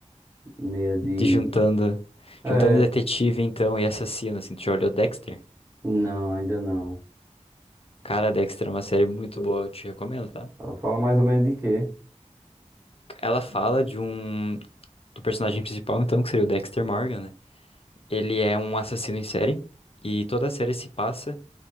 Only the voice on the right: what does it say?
meia de.
É,
não, ainda não.
Ela fala mais ou menos de quê?